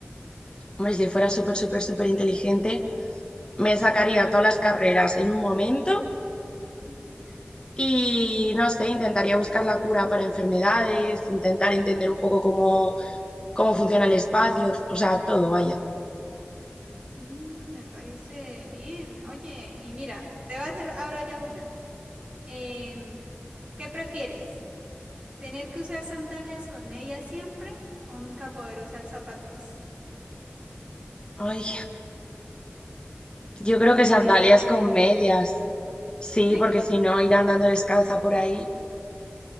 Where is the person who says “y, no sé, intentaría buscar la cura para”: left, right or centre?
Left